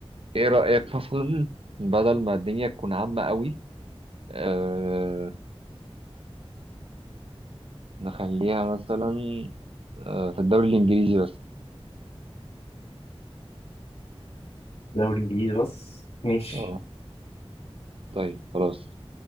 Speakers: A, on the right (about 65°); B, on the left (about 70°).
A: ايه رأيك <laughs> مثلا بدل ما الدنيا تكون عامة قوي أه نخليها مثلا أه في الدوري الانجليزي بس
B: دوري انجليزي بس ماشي
A: اه طيب خلاص